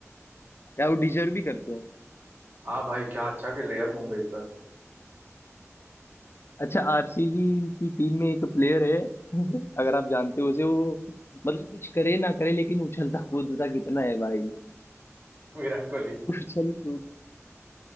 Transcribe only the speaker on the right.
हाँ भाई क्या अच्छा खेल रहा है यार मुंबई इस बार
विराट कोहली